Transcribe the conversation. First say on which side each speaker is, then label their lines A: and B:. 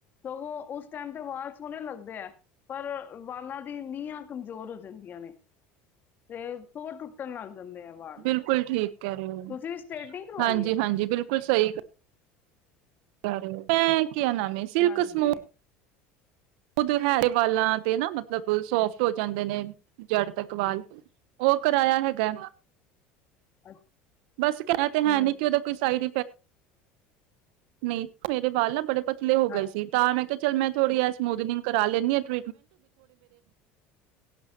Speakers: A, on the left; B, on the right.
A: ਸਗੋਂ ਉਸ ਟਾਈਮ ਤੇ ਵਾਲ ਸੋਹਣੇ ਲੱਗਦੇ ਹੈ ਪਰ ਵਾਲਾਂ ਦੀ ਨੀਹਾਂ ਕਮਜ਼ੋਰ ਹੋ ਜਾਂਦੀਆਂ ਨੇ, ਤੇ ਸੋਰ ਟੁੱਟਣ ਲੱਗ ਦਿੰਦੇ ਆ ਵਾਲ
B: ਬਿਲਕੁਲ ਠੀਕ ਕਹਿ ਰਹੇ ਹੋ
A: ਤੁਸੀਂ ਵੀ ਸਟੇਟਿੰਗ ਕਰਵਾਈ
B: ਹਾਂਜੀ-ਹਾਂਜੀ
A: ਹੈ।
B: ਬਿਲਕੁਲ ਸਹੀ। <unintelligible> ਕਿਆ ਹੈ ਮੈਨੇ ਸਿਲਕ
A: ਹਾਂਜੀ
B: ਸਮੂਥ ਖੁਦ ਹੈਰੇ ਵਾਲਾਂ ਤੇ ਨਾ ਮਤਲਬ ਸੋਫਟ ਹੋ ਜਾਂਦੇ ਨੇ ਜੜ ਤੱਕ ਵਾਲ ਉਹ ਕਰਾਇਆ ਹੈਗਾ।
A: ਅੱਛਾ।
B: ਬਸ ਕਹਿਣ ਤੇ ਹੈ
A: ਹੂੰ
B: ਨੀ ਕਿ ਉਹਦਾ ਕੋਈ ਸਾਈਡ ਨਹੀਂ, ਮੇਰੇ ਵਾਲ ਆ ਬੜੇ ਪਤਲੇ ਹੋ ਗਏ
A: ਹਾਂ,
B: ਸੀ ਤਾਂ ਮੈਂ ਮ ਬ ਬ ਬ ਬ ਬ ਬ ਬ